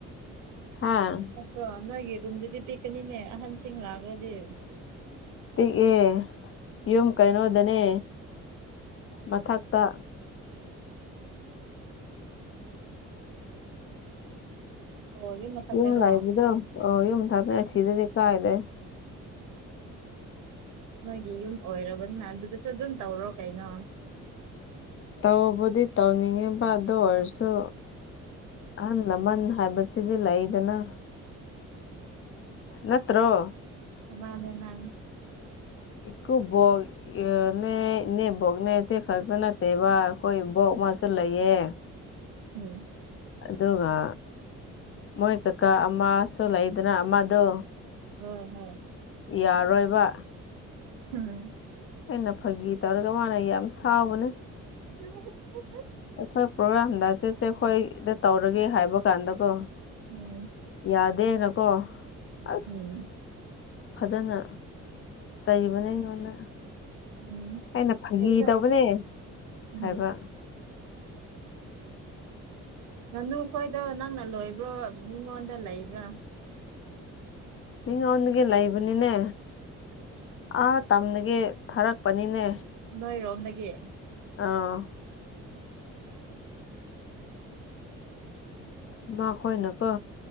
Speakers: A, on the left; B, on the right.
A: ꯍꯥꯥ
B: ꯅꯠꯇ꯭ꯔꯣ ꯅꯣꯏꯒꯤ ꯔꯨꯝꯗꯨꯗꯤ ꯄꯤꯛꯀꯅꯤꯅꯦ ꯑꯍꯟꯁꯤꯡ ꯂꯥꯛꯔꯗꯤ
A: ꯄꯤꯛꯑꯦ ꯌꯨꯝ ꯀꯩꯅꯣꯗꯅꯦ ꯃꯊꯛꯇ
B: ꯑꯣ ꯃꯊꯛꯇꯔꯣ
A: ꯌꯨꯝ ꯂꯥꯛꯕꯗꯣ ꯑꯣ ꯌꯨꯝ ꯊꯥꯗꯅ ꯁꯤꯗꯗꯤ ꯀꯥꯏꯗꯩ
B: ꯅꯣꯏꯒꯤ ꯌꯨꯝ ꯑꯣꯏꯔꯕꯅꯤꯅ ꯑꯗꯨꯗꯁꯨ ꯑꯗꯨꯝ ꯇꯧꯔꯣ ꯀꯩꯅꯣ
A: ꯇꯧꯕꯨꯗꯤ ꯇꯧꯅꯤꯡꯉꯤꯕ ꯑꯗꯨ ꯑꯣꯏꯔꯁꯨ ꯑꯍꯟ ꯂꯃꯟ ꯍꯥꯏꯕꯁꯤꯗꯤ ꯂꯩꯗꯅ ꯅꯠꯇ꯭ꯔꯣ
B: ꯃꯥꯅꯦ ꯃꯥꯅꯦ
A: ꯏꯀꯨꯄꯣꯛ ꯑꯦ ꯅꯦ ꯏꯅꯦ ꯕꯣꯛꯅꯦ ꯏꯇꯦ ꯈꯛꯇ ꯅꯠꯇꯦꯕ ꯑꯩꯈꯣꯏ ꯕꯣꯛ ꯃꯥꯁꯨ ꯂꯩꯌꯦ
B: ꯎꯝ
A: ꯑꯗꯨꯒ ꯃꯣꯏ ꯀꯀꯥ ꯑꯃꯁꯨ ꯂꯩꯗꯅ ꯑꯃꯗꯣ
B: ꯍꯣꯏ ꯍꯣꯏ
A: ꯌꯥꯔꯣꯏꯕ
B: ꯎꯝ
A: ꯑꯩꯅ ꯐꯥꯒꯤ ꯇꯧꯔꯒ ꯃꯥꯅ ꯌꯥꯝ ꯁꯥꯎꯕꯅꯦ
B: ꯀ <inaudible>
A: ꯑꯩꯈꯣꯏ ꯄ꯭ꯔꯣꯒꯥ꯭ꯔꯥꯝꯗ ꯆꯦꯁꯦ ꯑꯩꯈꯣꯏꯗ ꯇꯧꯔꯒꯦ ꯍꯥꯏꯕ ꯀꯥꯟꯗꯀꯣ
B: ꯎꯝ
A: ꯌꯥꯗꯦꯅꯀꯣ ꯑꯁ
B: ꯎꯝ
A: ꯐꯖꯅ ꯆꯩꯕꯅꯦ ꯑꯩꯉꯣꯟꯗ
B: ꯎꯝ
A: ꯑꯩꯅ ꯐꯥꯒꯤ
B: ꯀꯩꯅꯣ
A: ꯇꯧꯕꯅꯦ
B: ꯎꯝ
A: ꯍꯥꯏꯕ
B: ꯉꯥꯅꯨ ꯈꯣꯏꯗꯣ ꯅꯪꯅ ꯂꯣꯏꯕ꯭ꯔꯣ ꯃꯤꯉꯣꯟꯗ ꯂꯩꯕ꯭ꯔꯥ
A: ꯃꯤ ꯑꯣꯟꯗꯒꯤ ꯂꯩꯕꯅꯤꯅꯦ
B: ꯑꯁ
A: ꯑꯥ ꯇꯝꯗꯒꯤ ꯊꯥꯔꯛꯄꯅꯤꯅꯦ
B: ꯅꯣꯏ ꯔꯣꯝꯗꯒꯤ
A: ꯑꯥꯎ ꯢꯃꯥ ꯈꯣꯏꯅꯀꯣ